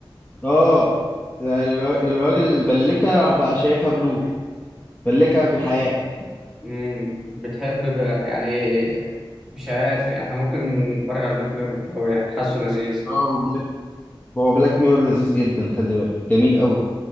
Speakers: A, on the left; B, in the centre.
A: اه الراجل الراجل بلكها راح بقى شايفها بلور بلكها في الحقيقة
B: مم. بتحب بقى يعني مش عارف يعني احنا ممكن نتفرج على بلاك ميرور ده هو يعني حاسه لذيذ
A: اه هو بلاك ميرور لذيذ جدا خلي بالك جميل قوي